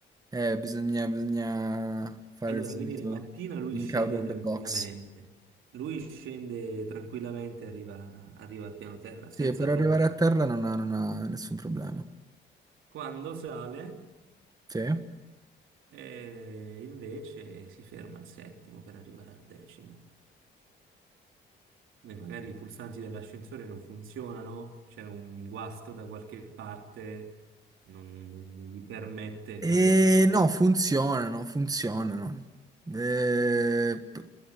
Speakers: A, on the right; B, on the right.
A: Eh, bisogna, bisogna
B: <laughs>
A: fare
B: Allora,
A: il solito
B: quindi la mattina lui
A: think
B: scende
A: out of
B: tranquillamente,
A: the box.
B: lui scende tranquillamente, arriva, arriva al piano terra
A: Sì,
B: senza
A: per
B: problemi.
A: arrivare a terra non ha, non ha nessun problema.
B: Quando sale,
A: Sì.
B: eh, invece si ferma al settimo per arrivare al decimo. Beh, magari i pulsanti dell'ascensore non funzionano, c'è un guasto da qualche parte, non, non gli permette,
A: E
B: capito? Magari,
A: no, funzionano, funzionano. Eh, p-